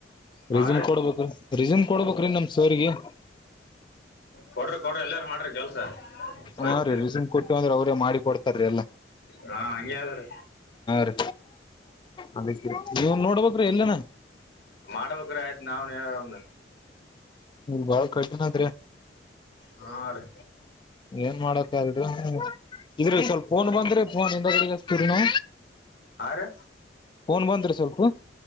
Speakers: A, on the left; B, on the left.
A: ಹಾ
B: ರಿಸ್ಯೂಮ್
A: ರೀ
B: ಕೊಡ್ಬೇಕ್ರೀ ರಿಸ್ಯೂಮ್ ಕೊಡ್ಬೇಕ್ರೀ ನಮ ಸರ್ ಗೆ
A: ಕೊಡ್ರಿ ಕೊಡ್ರಿ ಎಲ್ಲಾರು ಮಾಡ್ರಿ ಕೆಲ್ಸ ಒಳ್ಳೆ
B: ಹಾ ರೀ ರೀಸಂಟ್ ಕೊಟ್ಟು ಅವ್ರೇ ಮಾಡಿ ಕೊಡ್ತಾರೀ ಎಲ್ಲ
A: ಹಾ ಹಂಗೆ ಅದ್ದಿ
B: ರೀ ಅದಕ್ಕೆ ನೀವ್ ನೋಡ್ಬೇಕ್ರಿ ಎಲ್ಲನ
A: ಮಾಡ್ಬೇಕ್ರ ಆಯ್ತು ನಾವ್ ನೀವ್ ಒಂದ
B: ನೀವ್ ಬಾಳ ಕಠಿಣ ಆದ್ರಿ
A: ಹಾ ರೀ
B: ಏನ್ ಮಾಡಕ ಆದಿ ಇದ್ರ ಸ್ವಲ್ಪ ಫೋನ್ ಬಂದ್ರಿ ಫೋನ್ ಹಿಂದ ಕಡೆಗ ಹಚ್ಚತ್ತರೇನು
A: ಹಾ ರೀ
B: ಪೋನ್ ಬಂದ್ರಿ ಸ್ವಲ್ಪ